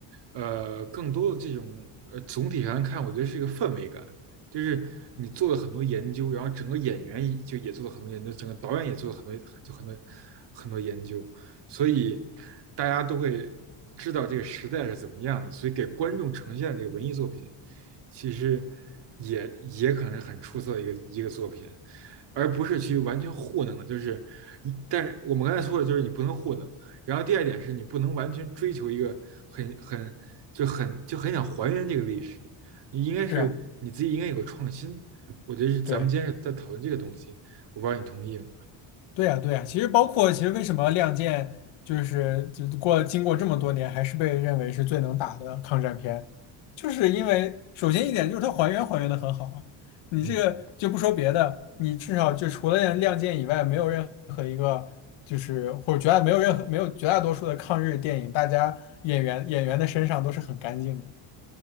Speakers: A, on the right; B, on the left.
A: 呃，更多的这种呃，总体上看，我觉得是一个氛围感，就是你做了很多研究，然后整个演员也就也做了很多研究，整个导演也做了很多就很多很多研究，所以大家都会知道这个时代是怎么样的，所以给观众呈现的这个文艺作品，其实也也可能是很出色的一个一个作品。而不是去完全糊弄了。就是一，但是我们刚才说的就是你不能糊弄。然后第二点是你不能完全追求一个很很就很就很想还原这个历史，你应该是你自己应该有个创新。
B: 是啊
A: 我觉得是咱们今天在讨论这个东西，
B: 对。
A: 我不知道你同意吗？
B: 对呀，对呀，其实包括其实为什么《亮剑》就是就过经过这么多年还是被认为是最能打的抗战片，就是因为首先一点就是它还原还原的很好啊。你这个就不说别的，
A: 嗯，
B: 你至少就除了《亮剑》以外，没有任何一个就是或者绝大没有任何没有绝大多数的抗日电影，大家演员演员的身上都是很干净的。